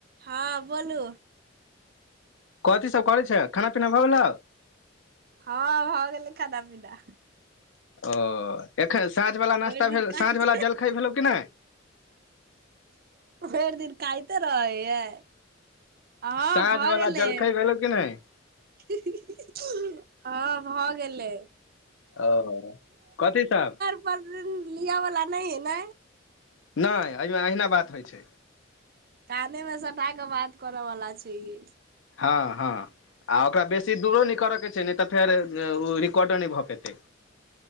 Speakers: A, on the right; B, on the left.
A: हँ बोलू
B: कथी सब करै छै खाना पीना भऽ गेलौव
A: हँ भऽ गेले खाना पीना
B: ओ एखन साँझ वाला
A: भरि
B: नाश्ता
A: दिन
B: भेल
A: काइट
B: साँझ वाला जलखाय भेलो कि नय
A: भइर दिन खाइते रहैयै हँ
B: साँझ
A: भऽ
B: वला
A: गेलेय
B: जलखै भेलौ कि नय
A: ही ही हँ भऽ गेलै
B: ओ कथि साब
A: <unintelligible> दिन लियावला नय हे न
B: नय एहिमे अहिना बात होइ छै
A: काने मे सटा क बात करऽवला छै ई
B: हँ हँ आ ओकरा बेसी दूरो नहि करऽके छै नहि तऽ फेर ओ रिकॉर्डो नहि भऽ पेतै।